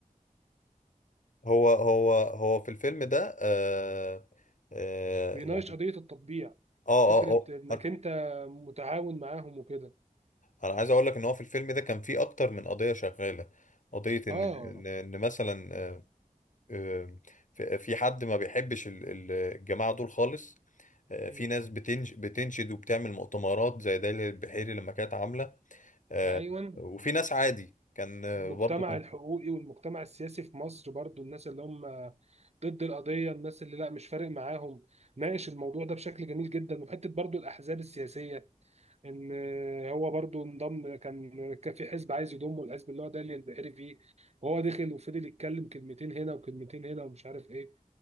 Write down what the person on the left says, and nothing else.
هو هو هو في الفيلم ده آه آه
يعني
اه
اه
اه
انا عايز اقول لك ان هو في الفيلم ده كان فيه اكتر من قضية شغالة قضية ان
ان إن مثلا آه، آه، في في حد ما بيحبش ال- ال- الجماعة دول خالص آه،
في ناس بتنش بتنشد وبتعمل مؤتمرات زي دليل البحيري لما كانت عاملة آه،
وفي ناس عادي كان آه،
برضه كان